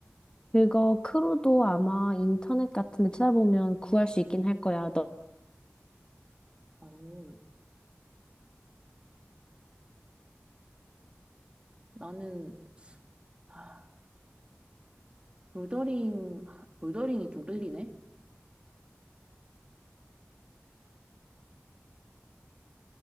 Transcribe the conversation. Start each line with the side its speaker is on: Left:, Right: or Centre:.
Left: 그거 크루도 아마 인터넷 같은 데 찾아보면 구할 수 있긴 할 거야. 너,
Right: 어, 나는 아, 볼더링 아, 볼더링이 좀 끌리네.